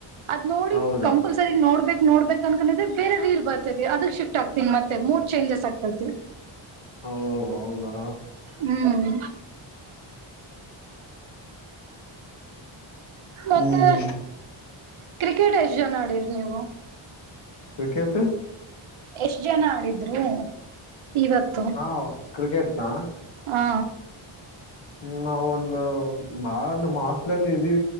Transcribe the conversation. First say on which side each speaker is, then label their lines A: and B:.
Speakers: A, on the right; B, on the left.
A: ಅದ್ ನೋಡಿ
B: ಹೌದಾ
A: ಕಂಪಲ್ಸರಿ ನೋಡ್ಬೇಕ. ನೋಡ್ಬೇಕಕ್ ಅನ್ಕಿದ್ರೆ ಬೇರೆ ರೀಲ್ ಬರ್ತೈತಿ ಅದಕ್ ಶಿಫ್ಟ್ ಆಗ್ತ ಮತ್ತೆ ಮೂಡ್ ಚೇಂಜಸ್ ಆಗ್ತೈತಿ.
B: ಓ ಹೌದಾ
A: ಹ್ಮ್ ಮತ್ತೆ
B: ಹ್ಮ್
A: ಕ್ರಿಕೆಟ್ ಎಷ್ಟ ಜನ ಆಡಿರಿ ನೀವು.
B: ಕಿಕೆತ್ತು.
A: ಎಷ್ಟ್ ಜನ ಆಡಿದ್ರು ಇವತ್ತು.
B: ಹಾ ಕ್ರಿಕೆಟ್ನಾ.
A: ಹಾ.
B: ಹ್ಮ ನಾವ ಒಂದು ಬಾ ನಮ್ಮ್ ಹಾಸ್ಟ್ಲ್ ಅಲ್ಲಿ ಇದೀ